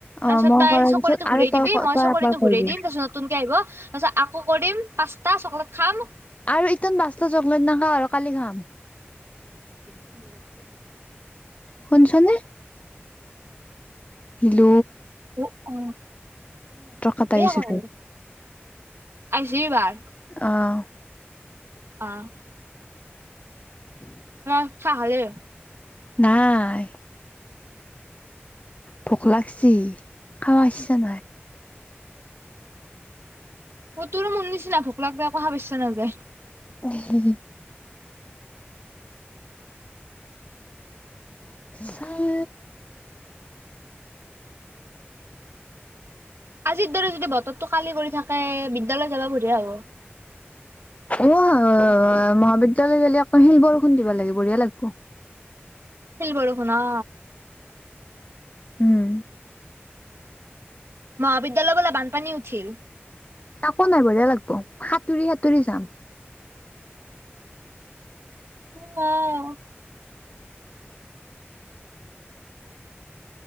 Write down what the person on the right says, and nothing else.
তাৰপিছত
তাই
চকৰিতো
ঘূৰাই
দিবি, মই
চকৰিতো
ঘূৰাই দিম, তাৰপিছত নতুনকে আহিব, তাৰপিছত আকৌ কৰিম, পাঁচটা চকলেট খাম
<inaudible>
উ অ',
এ
একো নহয় আৰু, আহিছি এবাৰ?
অ'।
অ', চাহ খালি?
অ', তোৰো মোৰ নিচিনা, ভোক লাগলি একো খাবা ইচ্ছা নাযায়।
আজিৰ দৰে যদি বতৰটো কালি কৰি থাকে, বিদ্যালয় যাবা বঢ়িয়া হ'ব।
শিল বৰষুণ অ
মহাবিদ্যালয় বোলে বানপানী উঠিল।
অ।